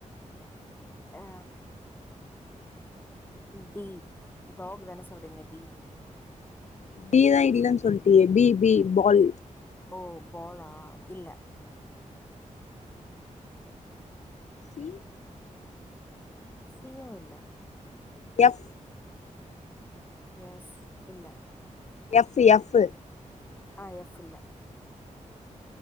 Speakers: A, on the left (about 15°); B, on the left (about 60°).
A: எ ஆ டி டாக் தான சொல்றீங்க டி
B: டி தா இல்லன்னு சொல்லிட்டியே பி பி பால்
A: ஓ பாலா இல்ல
B: சி
A: சி யு இல்ல
B: எஃப்
A: எஸ் இல்ல
B: எஃப் எஃப்
A: ஆ எஃப்யில்ல